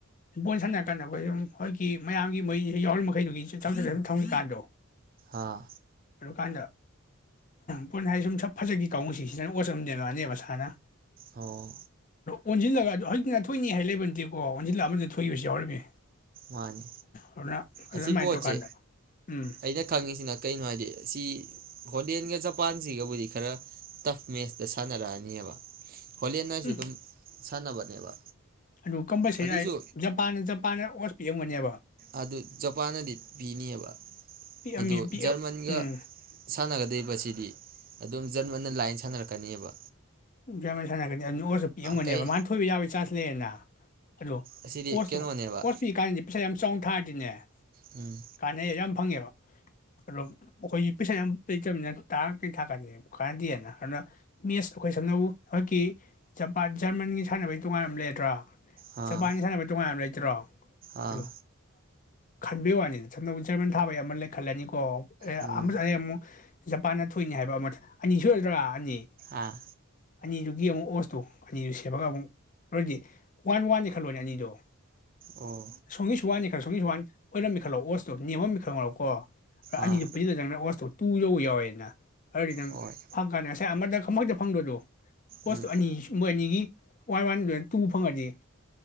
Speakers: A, on the left; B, on the right.
A: ꯕꯣꯜ ꯁꯥꯟꯅꯔ ꯀꯥꯟꯅꯕ ꯌꯨꯝ ꯍꯧꯖꯤꯛꯀꯤ ꯃꯌꯥꯝꯒꯤ ꯃꯣꯏꯁꯤ ꯌꯥꯎꯔꯤ ꯃꯈꯩꯗꯨꯒꯤꯁꯨ ꯆꯪ ꯆꯠ ꯁꯝ ꯊꯝꯃꯤꯀꯥꯟꯗꯣ
B: ꯑꯥ
A: ꯀꯥꯟꯗ ꯄꯨꯅ ꯍꯥꯏ ꯁꯨꯝ ꯆ ꯐꯖꯒꯤ ꯀꯥꯡꯉꯨꯁꯤ ꯁꯤꯗꯅ ꯑꯣꯠꯆꯝꯗꯦꯅꯅꯦꯕ ꯁꯥꯅ
B: ꯑꯣ
A: ꯑꯣꯟꯁꯤꯜꯂꯒ ꯑꯗꯨ ꯍꯧꯖꯤꯛ ꯅꯥꯊꯣꯛꯅꯤ ꯍꯥꯏ ꯂꯩꯕ ꯅꯇꯦꯀꯣ ꯖꯤꯜꯂ ꯑꯃꯗ ꯊꯣꯏꯈꯤꯕꯁꯨ ꯌꯥꯎꯔꯤꯃꯤ
B: ꯃꯥꯅꯦ
A: ꯑꯗꯨꯅ ꯑꯗꯨ
B: ꯑꯁꯤ
A: ꯑꯗꯨꯃꯥꯏꯅ
B: ꯄꯣꯠꯁꯦ
A: ꯇꯧꯀꯥꯟꯗ ꯎꯝ
B: ꯑꯩꯅ ꯈꯪꯉꯤꯁꯤꯅ ꯀꯩꯅꯣ ꯍꯥꯏꯗꯤ ꯑꯁꯤ ꯍꯣꯗꯦ ꯆꯦꯟꯒ ꯖꯄꯥꯟꯁꯤꯒꯕꯨꯗꯤ ꯈꯔ ꯇꯐ ꯃꯦꯁꯇ ꯁꯥꯟꯅꯔꯛꯑꯅꯤꯕ ꯍꯣꯂꯦꯟ ꯍꯥꯏꯁꯨ
A: ꯎꯝ
B: ꯑꯗꯨꯝ ꯁꯥꯟꯅꯕꯅꯦꯕ
A: ꯑꯗꯨ ꯀꯝꯕꯩꯁ
B: ꯑꯗꯨꯏꯁꯨ
A: ꯖꯄꯥꯟꯅꯦ ꯖꯄꯥꯟꯅꯦ ꯄꯤꯑꯝꯒꯅꯦꯕ
B: ꯑꯗꯨ ꯖꯄꯥꯟꯅꯗꯤ ꯄꯤꯅꯤꯑꯕ
A: ꯄꯤꯛꯑꯝꯃꯤ
B: ꯑꯗꯨ
A: ꯄꯤꯛꯑ
B: ꯖꯔꯃꯟꯒ
A: ꯎꯝ
B: ꯁꯥꯟꯅꯒꯗꯣꯏ ꯁꯤꯗꯤ ꯑꯗꯨꯝ ꯖꯔꯃꯟꯅ ꯂꯥꯏꯟ ꯁꯥꯟꯅꯔꯛꯀꯅꯤꯕ
A: ꯖꯔꯃꯟ ꯁꯥꯅꯔꯛꯀꯅꯤ ꯇꯣꯛꯑꯁꯨ ꯄꯤꯑꯝꯒꯅꯦꯕ
B: ꯀꯩ
A: ꯃꯥꯅ ꯊꯣꯏꯕ ꯌꯥꯕꯒꯤ ꯆꯥꯟꯖ ꯂꯩꯌꯦꯗꯅ ꯑꯗꯣ
B: ꯑꯁꯤꯗꯤ
A: ꯀꯣꯁꯁꯨ
B: ꯀꯩꯅꯣꯅꯦꯕ
A: ꯀꯣꯁ ꯄꯤ ꯀꯥꯟꯗꯗꯤ ꯄꯩꯁꯥ ꯌꯥꯝ ꯆꯥꯎ ꯊꯥꯔꯗꯤꯅꯦ
B: ꯎꯝ
A: ꯀꯥꯟꯅꯩ ꯌꯥꯝ ꯐꯪꯉꯦꯕ ꯑꯗꯣ ꯑꯩꯈꯣꯏꯁꯤ ꯄꯩꯁꯥ ꯌꯥꯝ ꯂꯩꯇꯕꯅꯤꯅ ꯇꯥꯔꯒ ꯀꯩ ꯊꯥꯛꯀꯗ ꯀꯥꯟꯅꯗꯦꯅ ꯑꯗꯨꯅ ꯃꯦꯁ ꯑꯩꯈꯣꯏ ꯁꯝꯅꯧ ꯍꯈꯛꯀꯤ ꯖꯄꯥꯟ ꯖꯔꯃꯟꯒꯤ ꯁꯥꯟꯅꯕꯩ ꯇꯣꯉꯥꯟꯅ ꯑꯃ ꯂꯩꯔꯗ꯭ꯔꯥ
B: ꯑꯥ
A: ꯖꯄꯥꯅꯒꯤ ꯁꯥꯟꯅꯕꯒꯤ ꯇꯣꯉꯥꯟꯅ ꯂꯩ
B: ꯑꯥ
A: ꯈꯟꯕꯒꯤ ꯋꯥꯅꯤꯗ ꯁꯣꯝꯗ ꯖꯔꯃꯟ ꯊꯥꯕꯩ ꯑꯃ ꯂꯩꯈꯜꯂꯅꯤꯀꯣ
B: ꯎꯝ
A: ꯑꯦ ꯑꯃ ꯑꯃꯨꯛ ꯖꯄꯥꯟꯅ ꯊꯣꯏꯅꯤ ꯍꯥꯏꯕ ꯑꯃ ꯑꯅꯤ ꯁꯨꯗ꯭ꯔꯥ ꯑꯅꯤ
B: ꯑꯥ
A: ꯑꯅꯤꯗꯨꯒꯤ ꯑꯃꯨꯛ ꯑꯣꯁꯇꯣ ꯑꯅꯤꯗꯨ ꯁꯦꯝꯃꯒ ꯑꯃꯨꯛ ꯑꯗꯨꯗꯤ ꯋꯥꯟ ꯋꯥꯟꯅꯤ ꯈꯜꯂꯣꯅꯦ ꯑꯅꯤꯗꯣ <unintelligible>
B: ꯑꯣ
A: ꯁꯒꯤꯁꯨꯟ ꯑꯣꯏꯅꯔꯝꯃꯤꯈꯠꯂꯛꯑꯣ ꯑꯣꯁꯇꯣ ꯅꯦꯝꯃꯝ ꯃꯤꯈꯠꯂꯝꯂꯛꯑꯣ ꯀꯣ ꯑꯅꯤ
B: ꯑꯥ
A: ꯄꯤꯅꯗꯅ ꯑꯣꯜ ꯁ꯭ꯇꯣ ꯇꯨꯌꯨ ꯌꯥꯎꯋꯦꯅ ꯈꯔꯒꯤ ꯅꯪ
B: ꯍꯣꯏ
A: ꯐꯪꯀꯅꯤ ꯑꯃꯗ ꯊꯝꯃꯣꯏꯗ ꯐꯪꯗꯣꯏꯗꯣ ꯀꯣꯁꯇꯣ
B: ꯎꯝ
A: ꯑꯅꯤ ꯁꯨꯝꯕꯣꯏꯅꯤ ꯋꯥ ꯋꯥꯟ ꯇꯨ ꯐꯪꯉꯗꯤ